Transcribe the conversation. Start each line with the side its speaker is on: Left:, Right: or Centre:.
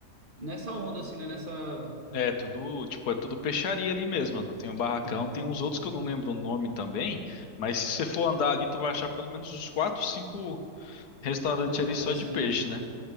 Right: nessa onda, assim, né? Nessa.
Left: É tudo, tipo, é tudo peixaria ali mesmo, mano. Tem o barracão,
Right: Aham.
Left: tem uns outros que eu não lembro o nome também, mas se você for andar ali, tu vai achar pelo menos uns quatro, cinco restaurantes
Right: Lugares
Left: ali só
Right: assim,
Left: de peixe,
Right: né?
Left: né?